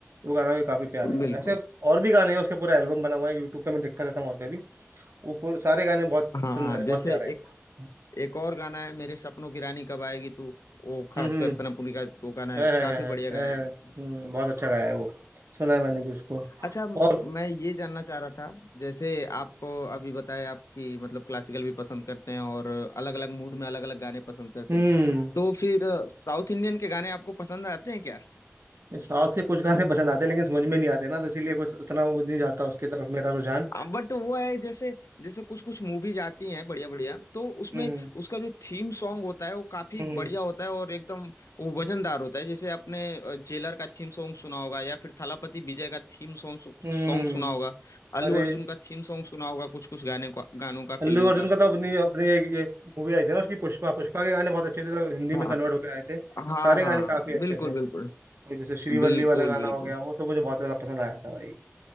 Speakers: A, on the right; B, on the left.
A: वो गाना भी काफी प्यारे हैं
B: बिल्कुल
A: ऐसे और भी गाने हैं उसका पूरा एल्बम बना हुआ है यूट्यूब पे मैं देखता रहता हूँ और कभी वो पूरे- सारे गाने बहुत
B: हाँ
A: सुंदर
B: हाँ
A: है बहुत
B: जैसे
A: प्यारे हैं
B: एक एक और गाना है मेरे सपनों की रानी कब आएगी तू वो खासकर
A: हम्म हम्म,
B: सनमपुरी का वो गाना है
A: है है
B: काफी
A: है है
B: बढ़िया गाया
A: है
B: है वो
A: है, हम्म, बहुत अच्छा गाया है वो सुना है मैंने भी उसको
B: अच्छा म-
A: और
B: मैं ये जानना चाह रहा था जैसे आप अभी बताए आपकी मतलब क्लासिकल भी पसंद करते हैं और अलग अलग मूड में अलग अलग गाने पसंद करते
A: हम्म
B: हैं तो फिर साउथ इंडियन के गाने आपको पसंद आते हैं क्या
A: साउथ के कुछ गाने पसंद आते हैं लेकिन समझ में नहीं आते ना तो इसीलिए कुछ उतना वो नहीं जाता उसकी तरफ मेरा रुझान
B: बट वो है जैसे जैसे कुछ कुछ मूवीज आती हैं बढ़िया बढ़िया तो उसमें
A: हम्म
B: उसका जो थीम सॉन्ग होता है वो काफी
A: हम्म
B: बढ़िया होता है और एकदम वो वजनदार होता है जैसे आपने अ, जेलर का थीम सॉन्ग सुना होगा या फिर थलापति विजय का थीम सॉन्ग
A: हम्म
B: सॉन्ग सुना होगा अल्लू
A: अरे
B: अर्जुन का थीम सॉन्ग सुना होगा कुछ कुछ गाने का गानों का
A: अल्लू
B: फिल्मों
A: अर्जुन
B: का
A: का तो अपनी अपनी एक ये मूवी आई थी ना उसकी पुष्पा पुष्पा के गाने बहुत अच्छे थे तो हिंदी
B: हाँ
A: में कन्वर्ट होकर आए थे
B: हाँ
A: सारे
B: हाँ
A: गाने काफी अच्छे
B: बिल्कुल
A: थे
B: बिल्कुल
A: ये जैसे श्रीवल्ली
B: बिल्कुल
A: वाला गाना
B: बिल्कुल
A: हो गया वो तो मुझे बहुत ज्यादा पसंद आया था भाई